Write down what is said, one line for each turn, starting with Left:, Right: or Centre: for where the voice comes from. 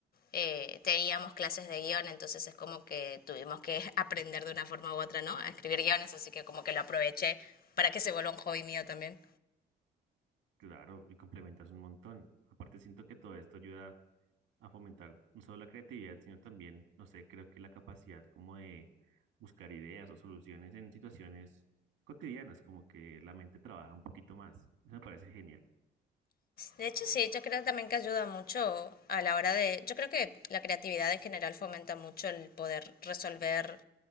Left: eh, teníamos clases de guión, entonces es como que tuvimos que <laughs> aprender de una forma u otra, ¿no? A escribir guiones, así que como que lo aproveché para que se vuelva un hobby mío también.
Right: Claro, y complementas un montón. Aparte, siento que todo esto ayuda. a fomentar no solo la creatividad, sino también, no sé, creo que la capacidad como de buscar ideas o soluciones en situaciones cotidianas, como que la mente trabaja un poquito más. Eso me parece genial.
Left: De hecho, sí, yo creo también que ayuda mucho a la hora de... Yo creo que la creatividad en general fomenta mucho el poder resolver